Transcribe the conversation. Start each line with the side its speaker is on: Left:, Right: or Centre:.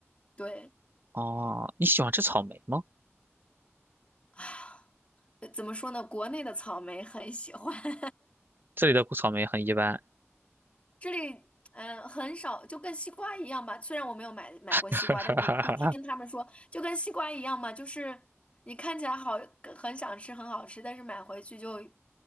Left: 对，
Right: 哦，你喜欢吃草莓吗？
Left: 唉呃怎么说呢？国内的草莓很喜欢，<laughs>
Right: 这里的草莓很一般。
Left: 这里嗯很少，就跟西瓜一样吧。虽然我没有买买过西瓜，
Right: <laughs>
Left: 但是就听他们说，就跟西瓜一样嘛，就是你看起来好，很想吃，很好吃，但是买回去就